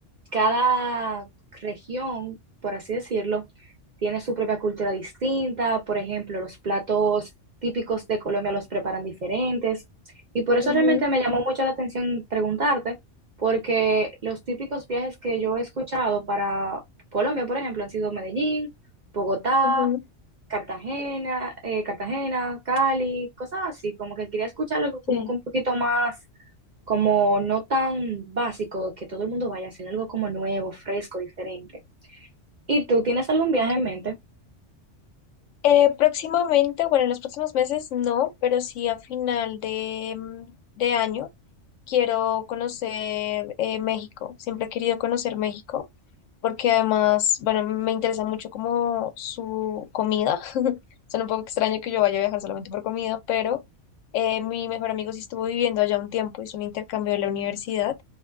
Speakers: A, on the right (about 50°); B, on the left (about 80°).
A: cada región, por así decirlo, tiene su propia cultura distinta. Por ejemplo, los platos típicos de Colombia los preparan diferentes. Y por eso
B: Ujú,
A: realmente me llamó mucho la atención preguntarte, porque los típicos viajes que yo he escuchado para Colombia, por ejemplo, han sido Medellín, Bogotá,
B: ujú,
A: Cartagena, eh, Cartagena, Cali, cosas así, como que quería escuchar algo
B: sí.
A: como que un poquito más como no tan básico que todo el mundo vaya, sino algo como nuevo, fresco, diferente. ¿Y tú tienes algún viaje
B: ok.
A: en mente?
B: Eh, próximamente, bueno, en los próximos meses no, pero sí a final de, mm, de año quiero conocer eh, México. Siempre he querido conocer México porque además, bueno, me interesa mucho como su comida. <laughs> Suena un poco extraño que yo vaya a viajar solamente por comida, pero eh, mi mejor amigo sí estuvo viviendo allá un tiempo, hizo un intercambio de la universidad